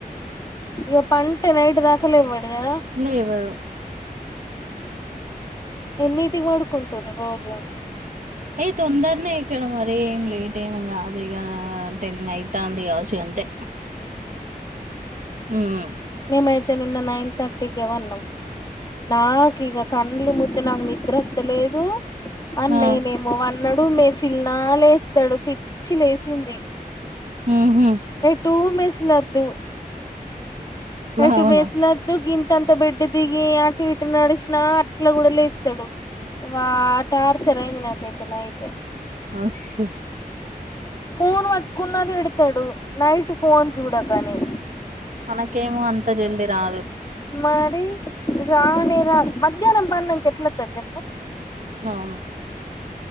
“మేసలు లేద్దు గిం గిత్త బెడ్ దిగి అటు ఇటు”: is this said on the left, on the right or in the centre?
Left